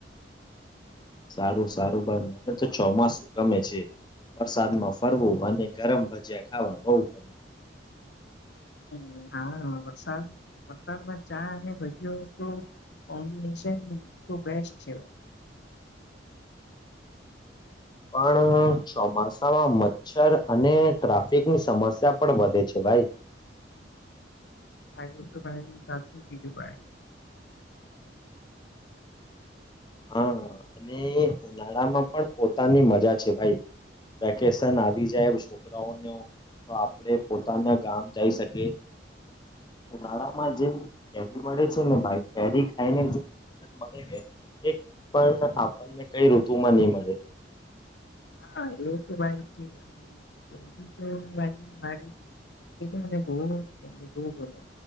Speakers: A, on the left; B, on the left.
A: સારું સારું ભાઈ મને તો ચોમાસું ગમે છે. વરસાદમાં ફરવું અને ગરમ ભજીયા ખાવા બહુ ગમે.
B: અમ હા, વરસાદ વરસાદમાં ચા અને ભજીઓ તો કોમ્બિનેશન તો બેસ્ટ છે ભાઈ.
A: પણ ચોમાસામાં મચ્છર અને ટ્રાફિકની સમસ્યા પણ વધે છે ભાઈ.
B: હા, એ તો ભાઈ સાચું કીધું ભાઈ.
A: હા, અને ઉનાળામાં પણ પોતાની મજા છે ભાઈ. વેકેશન આવી જાય એવુ છોકરાઓને તો આપડે પોતાના ગામ જઈ શકીએ. નાળામાં જે કેરી મળે છે ને ભાઈ કેરી ખાઈને જો મળે ને એક પણ આપણને કઈ ઋતુમાં નની મળે.
B: હા એવું તો ભાઈ છે <unintelligible> મારી એ તો મને બહુજ બહું ગમે.